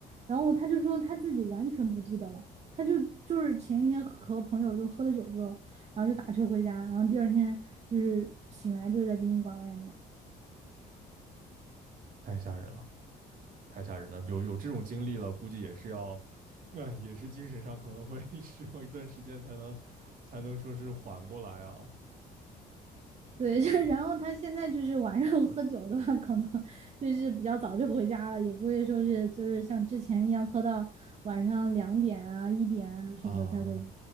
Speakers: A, on the right; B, on the right.
A: 然后他就说他自己完全不记得了，他就就是前一天和朋友就喝了酒之后，然后就打车回家，然后第二天就是醒来就是在殡仪馆外面。
B: 太吓人了，太吓人了。就有这种经历了，估计也是要，哎，也是精神上可能会 <laughs> 需要一段时间才能才能说是缓过来啊
A: 对，就然后他现在就是晚上 <laughs> 喝酒的话，可能就是比较早就回家了，也不会说是就是像之前一样喝到晚上两点啊、一点啊什么的才回家。
B: 啊，